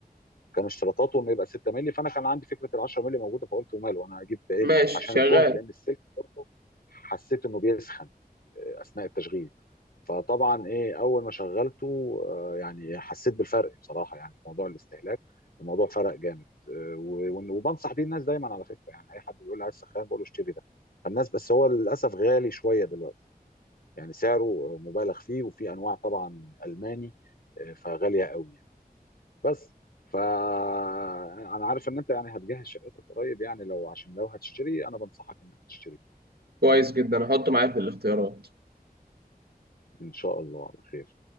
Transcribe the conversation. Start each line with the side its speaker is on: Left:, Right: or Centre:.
Left: كان اشتراطاته انه يبقى 6 مللي فانا كان عندي فكره ال 10 مللي موجوده فقلت وماله انا هجيب ايه
Right: ماشي
Left: عشان
Right: شغال
Left: الجهد لان السلك برضه حسيت انه بيسخن آه، اثناء التشغيل فطبعا ايه اول ما شغلته آه، يعني حسيت بالفرق بصراحه يعني في موضوع الاستهلاك الموضوع فرق جامد آه، و- وإن- وبنصح بيه الناس دايما على فكره يعني اي حد بيقول لي عايز سخان بقول له اشتري ده فالناس بس هو للاسف غالي شويه دلوقتي يعني سعره مبالغ فيه وفي انواع طبعا الماني آه، فغاليه قوي يعني بس فانا عارف ان انت يعني هتجهز شقتك قريب يعني لو عشان لو هتشتري انا بنصحك انك تشتري
Right: كويس جدا هحطه معايا في الاختيارات
Left: ان شاء الله على خير